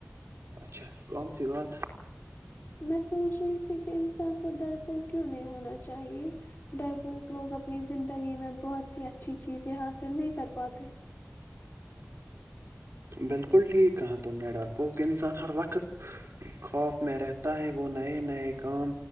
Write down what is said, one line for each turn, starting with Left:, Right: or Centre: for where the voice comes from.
Right: اچھا کون سی بات
Left: میں سوچ رہی تھی کہ انسان کو ڈر پوک کیوں نہیں ہونا چاہیے ڈر پوک لوگ اپ اپنی زندگی میں بہت سی اچھی چیزیں حاصل چ نہیں کر پات
Right: بالکل ٹھیک کہاں تم نے ڈر پو کہ انسان ہر وقت خوف میں رہتا ہے وہ نئے نئے کام